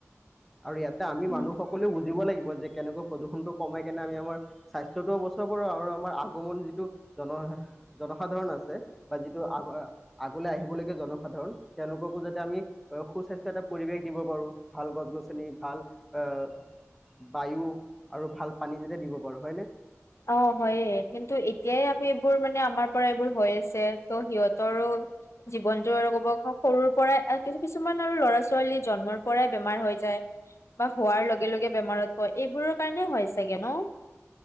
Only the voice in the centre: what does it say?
আৰু ইয়াতে আমি
মানুহ সকলেও বুজিব লাগিব যে কেনেকুৱা প্ৰদূষণটো কমাই কেনে আমি আমাৰ স্বাস্থ্য়টোও বচাব পাৰো, আৰু আমাৰ আগমন যিটো জন- জনসাধাৰণ আছে বা যিটো আগ আগলৈ আহিব লগীয়া জনসাধাৰণ, তেওঁলোককো যাতে আমি- সুস্বাস্থ্য এটা পৰিৱেশ দিব পাৰো, ভাল গছ গছনি ভাল আহ- বায়ু আৰু ভাল পানী যাতে দিব পাৰো, হয় নে?